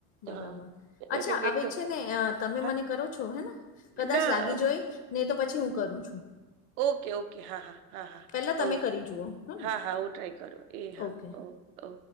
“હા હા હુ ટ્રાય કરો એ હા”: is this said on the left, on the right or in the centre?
Right